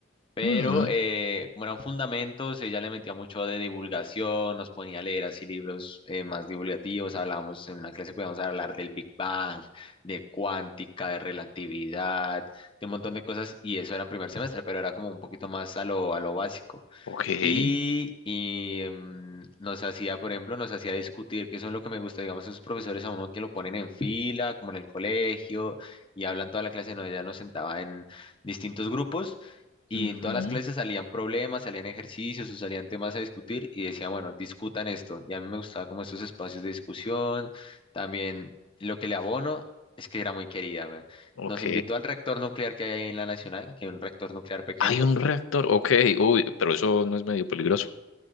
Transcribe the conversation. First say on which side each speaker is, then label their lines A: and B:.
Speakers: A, on the left; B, on the left.
A: pero
B: mm,
A: eh, como eran fundamentos, ella le metía mucho de divulgación, nos ponía a leer así libros eh, más divulgativos. Hablábamos, en una clase podíamos hablar del Big Bang, de cuántica, de relatividad, de un montón de cosas, y eso era en primer semestre, pero era como un poquito más a lo, a lo básico.
B: ok.
A: Y, y, mm, nos hacía, por ejemplo, nos hacía discutir, que eso es lo que me gusta, digamos, esos profesores a uno que lo ponen en fila, como en el colegio, y hablan toda la clase, no, ella nos sentaba en distintos grupos, y
B: ujú,
A: en todas las clases salían problemas, salían ejercicios o salían temas a discutir, y decía, bueno, discutan esto. Y a mí me gustaba como esos espacios de discusión, también lo que le abono es que era muy querida, weón.
B: ok.
A: Nos invitó al reactor nuclear que hay ahí en la Nacional, que es un reactor nuclear pequeño
B: Hay un reactor. Ok. Uy, pero eso no es medio peligroso.